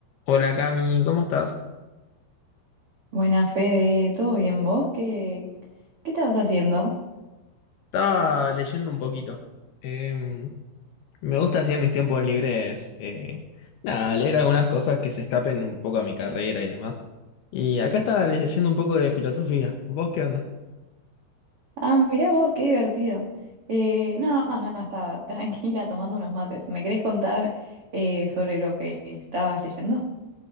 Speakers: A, on the left (about 70°); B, on the right (about 75°).
A: Hola Cami, ¿cómo estás?
B: Buena Fede, ¿todo bien vos? ¿Qué, qué estabas haciendo?
A: Estaba leyendo un poquito. Eh, me gusta así en mis tiempos libres, eh, nada, leer algunas cosas que se escapen un poco a mi carrera y demás. Y acá estaba leyendo un poco de filosofía. ¿Vos qué onda?
B: Ah, mirá vos, qué divertido. Eh, no, no, estaba <laughs> tranquila tomando unos mates. ¿Me querés contar eh, sobre lo que estabas leyendo?